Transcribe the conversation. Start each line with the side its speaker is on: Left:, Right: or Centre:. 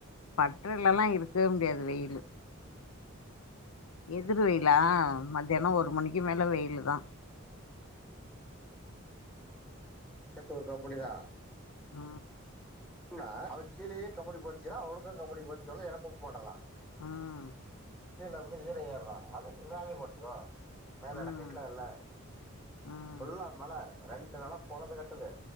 Left: பட்ருலெல்லா இருக்கவே முடியாது வெயிலு எதுரு வெயிலா மத்யானம் ஒரு மணிக்கு மேல வெயிலு தா
Centre: நேத்து ஒருக்கப்படிதா
Left: ஆ
Centre: புன்னா அவரு கீழயே கம்போடு போச்சிக்கலா அவனுக்கும் கம்பெடி போச்சிக்கலா எனக் கூப் மாட்டல்லா
Left: உம்
Centre: கீழ வந்து ஈர ஏறு தா அது மேல பட்த்துக்கோ மேல
Left: ம்
Centre: என்ன கட்லா இல்ல
Left: ம்
Centre: ஃபுல்லா மழ ரெண்டு நாளா பொழந்து கட்டுது